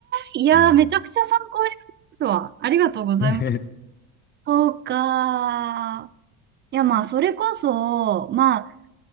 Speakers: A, on the right; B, on the left.
A: いやー、
B: うん。
A: めちゃくちゃ参考になりますわ。ありがとうございます。
B: <laughs>
A: そうかー。いや、まあ、それこそ、まあ、